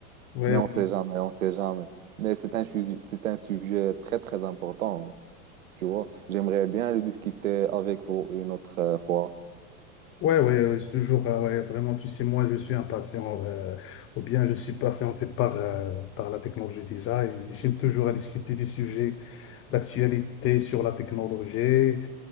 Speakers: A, on the left; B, on the right.
A: ouais,
B: Mais on sait jamais, on sait jamais. Mais c'est un, sujet c'est un sujet très, très important, tu vois. J'aimerais bien le discuter avec vous une autre euh, fois.
A: ouais, ouais, ouais, c'est toujours, euh, ouais, vraiment, tu sais, moi, je suis impatient, euh, ou bien je suis patienté par, euh, par la technologie déjà, et j'aime toujours à discuter des sujets d'actualité sur la technologie.